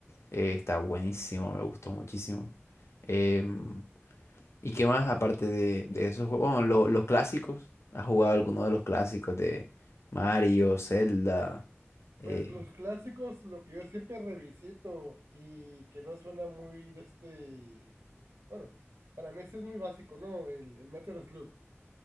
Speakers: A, on the left; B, on the right.
A: eh, está buenísimo, me gustó muchísimo. Em, ¿y qué más aparte de, de esos juegos? Bueno, lo- los clásicos. ¿Has jugado alguno de los clásicos de Mario, Zelda? Eh,
B: pues los clásicos, lo que yo siempre revisito y que no suena muy de este, bueno, para mí sí es muy básico, ¿no? El, el Metal Slug.